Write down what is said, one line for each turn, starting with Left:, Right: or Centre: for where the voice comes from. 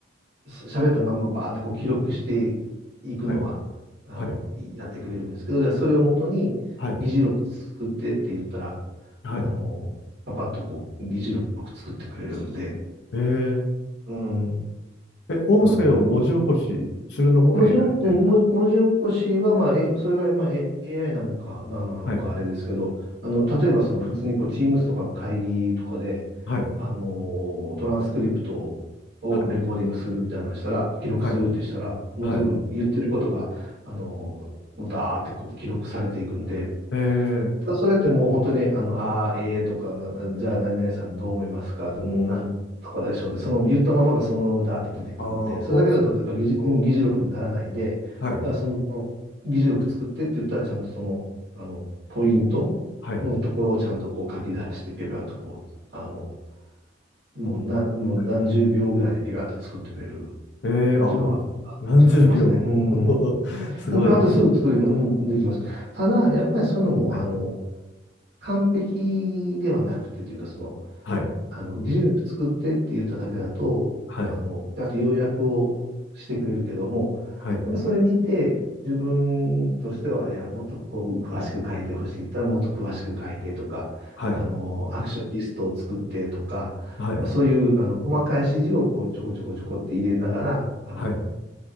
Right: す喋ったまんまバーってこう記録していくのは、
Left: はい。
Right: あの、
Left: はい。
Right: やってくれるんですけど、じゃあそれをもとに議事録作ってって言ったら、
Left: はい。はい。
Right: あのパパッとこう議事録作ってくれるんで、
Left: えー、
Right: うん。
Left: え、音声を文字起こしするのも
Right: あの文字を、
Left: AI
Right: うん文字文字起こしは、
Left: で。
Right: まあ、えそれが、まあ、AI なのか、何なのか、
Left: はい。
Right: あれですけど、あの、例えば、その、普通に、こう、Teams とかの会議とかで、
Left: はい。
Right: あの、トランスクリプトをレコーディングするみたいなのしたら、
Left: はい。
Right: 記録するってしたら、
Left: はい。
Right: もう全部言ってることが、
Left: はい。
Right: あの、もうダーってこう記録されていくんで、
Left: えー、
Right: ただそれってもう本当に、あの、あー、ええーとかな、じゃあ何々さんどう思いますか、うん、なんとかでしょうって、その言ったままがそのままだーって出てくるんで、
Left: ああ、
Right: それだけだとやっぱり議事、
Left: 音声の。あ
Right: 議事力にならないんで、
Left: ーはい。
Right: だからその議事力作ってって言ったらちゃんとその、あの、ポイントのところをちゃんとこう書き出して、
Left: はい。
Right: ピュピュッとこう、あの、もうな、もう何十秒ぐらいでピュピュッて作ってくれる
Left: はいえー、
Right: っていうのは、
Left: あ、
Right: あの使ってますね。
Left: 何十秒。
Right: うん。
Left: <laughs>
Right: も
Left: すごいです。
Right: うピーッとすぐ作り、うん、できます。ただ、やっぱりそういうのも、
Left: はい。
Right: あの、完璧ではなくてというか、その、
Left: はい。
Right: あの、技術力作ってって言っただけだと、
Left: はい。
Right: あの、あと要約をしてくれるけども、
Left: はい。
Right: やっぱそれ見て、自分としては、いや、もっとここ詳しく書いてほしいって言ったら、もっと詳しく書いてとか、
Left: はい。
Right: あの、アクションリストを作ってとか、
Left: はい。
Right: まあそういう、あの、細かい指示をこう、ちょこちょこちょこって入れながら、あの、
Left: はい。